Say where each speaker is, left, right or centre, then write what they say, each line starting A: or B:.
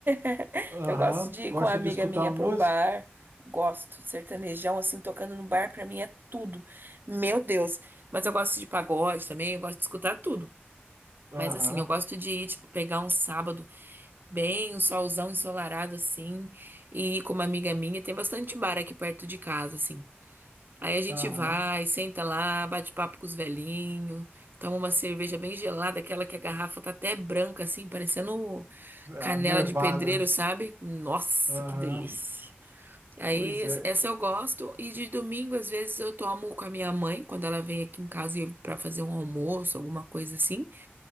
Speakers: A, on the right; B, on the right.
A: <laughs>
B: Aham.
A: Eu gosto de ir
B: Gosta
A: com uma amiga
B: de escutar
A: minha
B: uma
A: pro bar,
B: música?
A: gosto, sertanejão, assim, tocando no bar, pra mim é tudo. Meu Deus, mas eu gosto de pagode também, eu gosto de escutar tudo.
B: Aham,
A: Mas assim, eu gosto de ir, tipo, pegar um sábado Bem, um solzão ensolarado assim, e com uma amiga minha, tem bastante bar aqui perto de casa, assim. Aí a gente
B: aham.
A: vai, senta lá, bate papo com os velhinhos, toma uma cerveja bem gelada, aquela que a garrafa tá até branca, assim, parecendo canela
B: A Nevada.
A: de pedreiro, sabe? Nossa,
B: Aham.
A: que delícia! Aí,
B: Pois
A: es-
B: é.
A: essa eu gosto, e de domingo, às vezes, eu tomo com a minha mãe, quando ela vem aqui em casa e- pra fazer um almoço, alguma coisa assim.